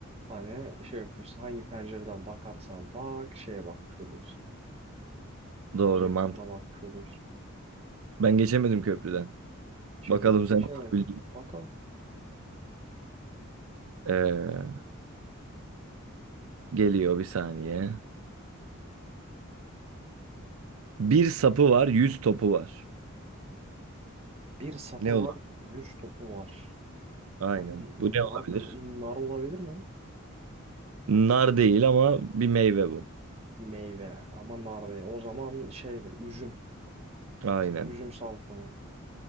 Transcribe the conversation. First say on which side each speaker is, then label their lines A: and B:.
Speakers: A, on the right; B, on the right.
A: hani şey yapıyorsun. Hangi pencereden bakarsan bak şeye bakmış oluyorsun.
B: Doğru
A: Kuzey
B: mantık.
A: kutbuna bakmış oluyorsun.
B: Ben geçemedim köprüden.
A: Şimdilik
B: Bakalım
A: geçemedim.
B: sen. bildin.
A: Bakalım.
B: Ee, geliyor bir saniye. Bir sapı var, yüz topu var.
A: Bir sapı
B: Ne olur?
A: var. Yüz topu var.
B: Aynen.
A: Abi nar,
B: Bu ne olabilir?
A: nar olabilir mi?
B: Nar değil ama bir meyve bu.
A: Meyve ama nar değil. O zaman şeydir üzüm.
B: Aynen.
A: Üzüm salkımı.